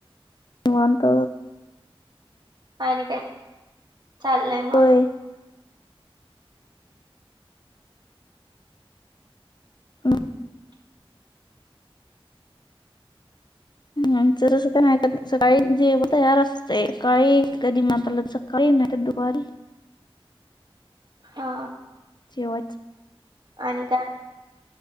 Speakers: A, on the left; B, on the right.
A: निवांत.
B: आणि काय चाललंय मग?
A: होय हम्म आमच तस काय नाही सकाळी जेवण तयार असतय सकाळी कधी <unintelligible> सकाळी नाहितर दुपारी.
B: हा.
A: जेवायच.
B: आणि काय?